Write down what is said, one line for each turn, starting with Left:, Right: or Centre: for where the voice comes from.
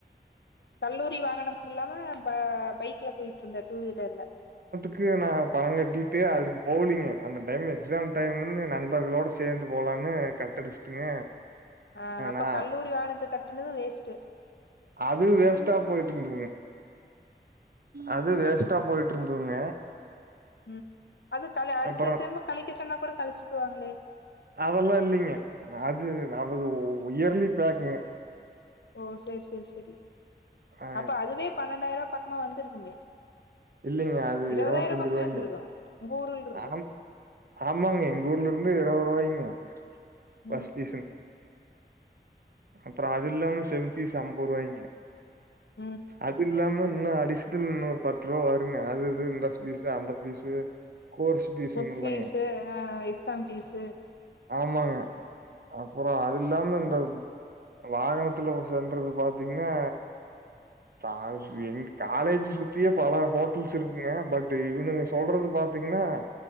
Left: கல்லூரி வாகனம் இல்லாம ப பைக்ல போய்ட்டு இருந்த டூ வீலர்ல
Right: க்கு நா பணம் கட்டிட்டு அதுக் போலீங்க அந்த டைம் எக்ஸாம் டைம்மின்னு நண்பர்களோட சேந்து போலானு கட்டடிச்சுட்டுங்க
Left: ஆ அப்ப
Right: நா
Left: கல்லூரி வாகனதுக்கு கட்டுனது வேஸ்டு
Right: அது வேஸ்ட்டா போய்ட்டு இருந்ததுங்க அது வேஸ்டா போய்ட்டு இருந்ததுங்க
Left: ம் அது கல அடுத்த
Right: அப்புற
Left: செம் கழிக்க சொன்னா கூட கழிச்சு குவாங்களே
Right: அதெல்லா இல்லிங்க அது நமது உயர்லி பேக்குங்க
Left: ஓ சேர் சேர் செரி
Right: ஆ
Left: அப்ப அதுவே பன்னெண்டாயிரோ பக்கமா வந்திருக்குமே
Right: இல்லிங்க அது
Left: இருவதாயிரம்
Right: இருவத்தஞ்சு
Left: பக்கமே
Right: ரூவாய்ங்க
Left: வந்துருக்கு உங்க ஊர்ல இருந்து
Right: ஹம் ஆமாங்க எங்க ஊர்ல இருந்து இருவ போய்ங்க பஸ்
Left: ம்
Right: ஃபீஸ்ங் அப்றோ அதுல்லாம செம் ஃபீஸ் அம்பது ரூபாய்ங்க
Left: ம்
Right: அது இல்லாம இன்னு அடிசனல் இன்னொரு பத்து ரூவா வருங்க அது இது இந்த ஃபீஸு அந்த ஃபீஸு கோர்ஸ் ஃபீஸுன்னு
Left: புக்
Right: இல்லங்க
Left: ஃபீஸு ஹ எக்ஸாம் ஃபீஸு
Right: ஆமாங்க அப்றோ அது இல்லாம இந்த வாகனத்துல வ சென்றது பாத்தீங்ன்னா சா சி எங் காலேஜ் சுத்தியே பல ஹோட்டல்ஸ் இருக்குங்க பட் இவனுங்க சொல்றது பாத்தீங்கன்னா